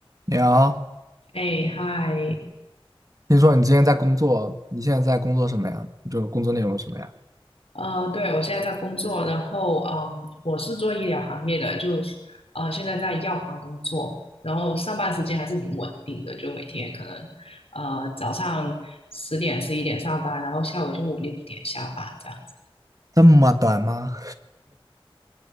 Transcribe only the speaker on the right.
你好，
听说你之前在工作，你现在在工作什么呀？就工作内容什么呀？
这么短吗？